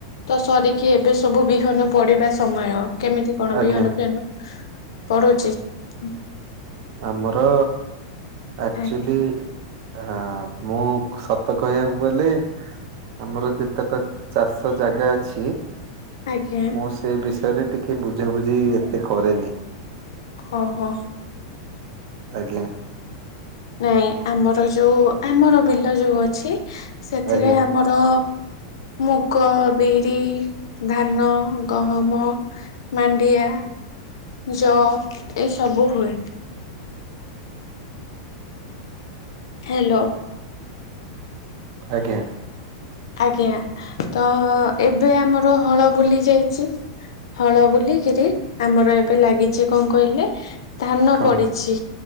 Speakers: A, on the left; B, on the right.
A: ତ ସରିକି ଏବେ ସବୁ ବି ନ ପିବା <unintelligible> ସମୟ କେମିତି କଣ
B: ଆଜ୍ଞା
A: ବିହନ ଫିହନ ପଡୁଛି ହଁ
B: ଆମର ଆକ୍ଚୁଲି
A: ଆଜ୍ଞା
B: ହ ମୁଁ ସତ କହିବାକୁ ଗଲେ ଆମର ଯେତେକ ଚାଷୀ ଜାଗା ଅଛି
A: ଆଜ୍ଞା
B: ମୁଁ ସେ ବିଷୟରେ ଟିକେ କି ବୁଝାବୁଝି ଏତେ କରେନି
A: ଓ ହୋ
B: ଆଜ୍ଞା
A: ନାଇଁ ଆମର ଯୋଉ ଆମର ବିଲ ଯେଉଁ ଅଛି ସେଥିରେ
B: ଆଜ୍ଞା
A: ଆମର ମୁଗ ବି ଧାନ ଗହମ ମା ପଡ଼ିଆ <unintelligible> ଜ ଏଇସବୁ ହୁଏ ହ୍ୟାଲୋ
B: ଆଜ୍ଞା
A: ଆଜ୍ଞା ତ ଏବେ ଆମର ହଳ ବୁଲି ଯାଇଛି ଯେ ହଳ ବୁଲିକିରି ଆମର ଏବେ ଲାଗିଛି କଣ କ କହିଲେ ଧାନ
B: କଣ
A: ପଡିଛି